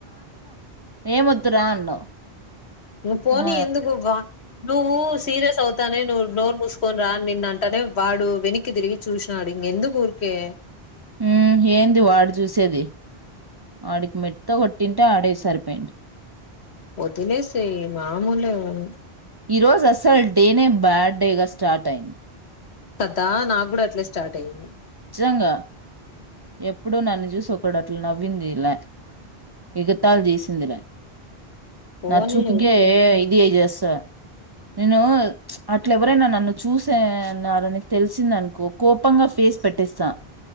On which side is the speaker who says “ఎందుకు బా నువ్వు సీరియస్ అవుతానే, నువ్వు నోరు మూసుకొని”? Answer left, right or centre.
Left